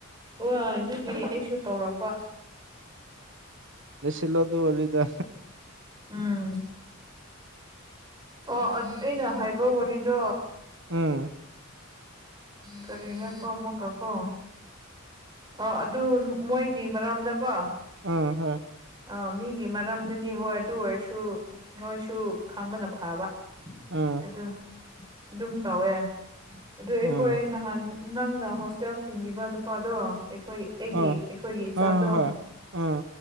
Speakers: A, on the right; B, on the right.
A: ꯍꯣꯏ ꯑꯗꯨꯒꯤ ꯑꯩꯁꯨ ꯇꯧꯔꯛꯄ
B: ꯁꯂꯣ ꯑꯗꯨ ꯋꯥꯔꯤꯗ
A: ꯎꯝ ꯑꯣ ꯑꯩꯅ ꯍꯥꯏꯕ ꯋꯥꯔꯤꯗꯣ
B: ꯎꯝ
A: ꯀꯔꯤꯔ ꯀꯣꯃꯨ ꯀꯥꯀꯣ ꯑ ꯑꯗꯨ ꯃꯣꯏꯒꯤ ꯃꯔꯝꯗꯀꯣ
B: ꯑ ꯍ
A: ꯑꯥ ꯃꯤꯒꯤ ꯃꯔꯝꯗꯅꯤ ꯍꯣꯏ ꯑꯗꯨ ꯑꯣꯏꯔꯁꯨ ꯅꯣꯏꯁꯨ ꯈꯪꯕꯅ ꯐꯕ
B: ꯑ
A: ꯑꯗꯨ ꯑꯗꯨꯝ ꯇꯧꯋꯦ ꯑꯗꯨ ꯑꯩꯈꯣꯏ
B: ꯑꯥ
A: ꯅꯍꯥꯟ ꯅꯪꯅ ꯍꯣꯁꯇꯦꯜ ꯊꯤꯡꯕꯤꯕ ꯅꯨꯄꯥꯗꯣ ꯑꯩꯈꯣꯏ ꯑꯩꯒꯤ
B: ꯑꯥ
A: ꯑꯩꯈꯣꯏꯒꯤ ꯏꯆꯥꯗꯣ
B: ꯍꯣꯏ ꯍꯣꯏ ꯍꯣꯏ ꯑꯥ